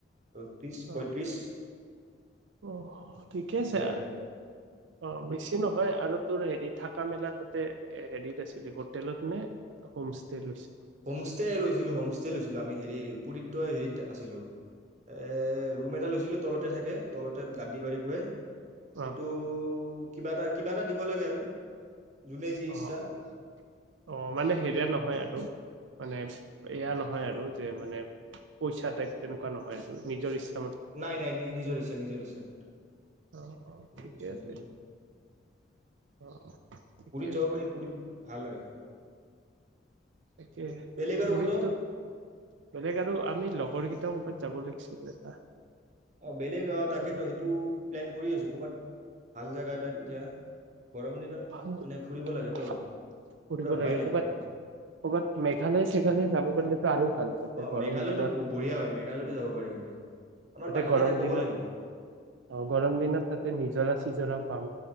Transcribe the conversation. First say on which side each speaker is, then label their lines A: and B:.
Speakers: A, on the right; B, on the right.
A: ত ত্ৰিশ
B: অ
A: পয়ত্ৰিশ
B: অ', ঠিকে আছে
A: আৰু
B: অ', বেছি নহয় আৰু তোৰ হেৰি থাকা মেলা তাতে এ হেৰিত আছিল হোটেলত নে হোমষ্টে লৈছিলি।
A: হোমষ্টে লৈছিলো, হোমষ্টে লৈছিলো আমি হেৰি পুৰী ত হেৰিত আছিলো এ ৰুম এটা লৈছিলোঁ তলতে থাকে তল তে গাদদি পাৰি শুৱে
B: অ
A: সেইটো কিবা এটা কিবা এটা দিব লাগে আৰু যোনে যি
B: অ',
A: ইচ্ছা
B: অ', অ',
A: যোনে
B: মানে
A: যি
B: হেৰিয়া
A: ইচ্ছা
B: নহয় আৰু মানে এয়া নহয় আৰু যে মানে পইচা টাইপ তেনেকুৱা নহয় আৰু নিজৰ ইচ্ছা।
A: নাই - নাই নিজৰ ইচ্ছাত -নিজৰ ইচ্ছাত -নিজৰ
B: অ অ ঠিকে
A: ইচ্ছাত
B: আছে
A: দিব পাৰি।
B: অ অ ঠিকে
A: পো
B: আছে
A: যাব পাৰ পুৰিত ভাল হয়।
B: তাকে
A: বেলেগ আৰু
B: বুঢ়ীতো
A: ক'তো
B: বেলেগ আৰু আমি লগৰ কেইটা কবাত যাব লাগিছিল এটা।
A: অ ', বেলেগ অ ', তাকেতো
B: পুৰা
A: সেইটো প্লেন কৰি আছো কবাত। ভাল জেগা এটাত এতিয়া। গৰমৰ দিনত
B: হহ
A: মানে ফুৰিব লাগেতো
B: ', ফুৰিব
A: ফুৰা হোৱাই
B: লাগে
A: নাই
B: কবাত
A: ক'তো
B: -কবাত মেঘালয় চেঘালয় যাব পাৰিলেতো আৰু। ভাল তাতে
A: অ',
B: গৰম
A: মেঘালয়তো
B: দিনত
A: বঢ়িয়া হয় মেঘালয়তো যাব পাৰি কিন্তু। আমাৰ
B: তাতে
A: বাকীকেইটাক
B: গৰম
A: ক'ব
B: দিনত
A: লাগিব
B: অ', গৰম দিনত তাতে নিজৰা চিজৰা পাম।